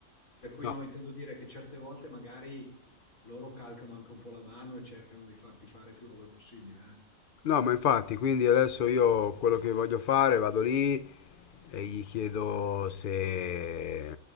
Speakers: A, on the left; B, on the left.
A: Per cui
B: No.
A: no, intendo dire che certe volte magari loro calcano anche un po' la mano e cercano di farti fare più robe possibile,
B: No, ma infatti, quindi adesso io quello che voglio fare, vado lì, e gli chiedo se,